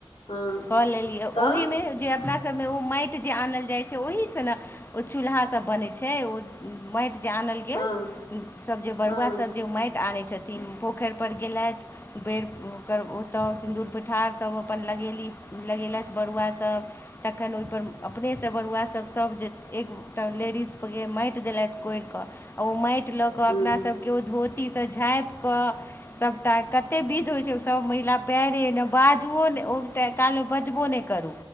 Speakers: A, on the left; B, on the left.
A: हँ
B: कऽ लेलियै
A: तऽ
B: ओहिमे जे अपना ओ माटि जे आनल जाइ छै ओहि सँ ने ओ चूल्हा सब बनै छै ओ मैट जे आनल गेल
A: हँ
B: सभ जे बरुआ
A: हँ
B: सब जे माटि आनै छथिन पोखरि पर गेलथि बेर ओकर ओतय सिन्दूर पिठारसभ अपन लगेली लगेलथि बरुआ सभ तखन ओहिपर अपने सँ बरुआसभ सभ जे एकटा लेडीज के माटि देलथि कोरि कऽ ओ माटि लऽ कऽ
A: हँ
B: अपना सभके ओ धोती सँ झाँपि कऽ सभटा कते विध होय छै सब महिला पैरे ने बाजबो ने ओ काल मे बजबो ने करू